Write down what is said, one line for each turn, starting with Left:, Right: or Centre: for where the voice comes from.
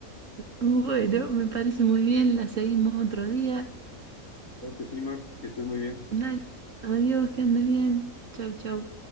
Right: bueno, me parece muy bien. La seguimos otro día.
Left: Claro que sí, Mar, que estés muy bien.
Right: Dale, adiós, que andes bien. Chau, chau.